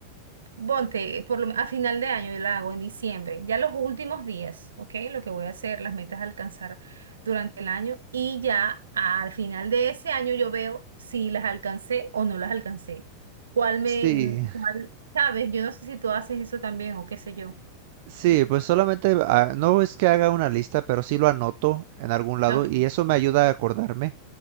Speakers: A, on the right (about 65°); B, on the right (about 50°).
A: Ponte, por lo- a final de año yo la hago en diciembre, ya los últimos días, ¿ok? Lo que voy a hacer, las metas a alcanzar durante el año y ya al final de ese año yo veo si las alcancé o no las alcancé. ¿Cuál me,
B: <laughs> Sí.
A: cuál, sabes? Yo no sé si tú haces eso también o qué sé yo.
B: Sí, pues solamente, ah, no es que haga una lista, pero sí lo anoto en algún lado
A: Ok.
B: y eso me ayuda a acordarme.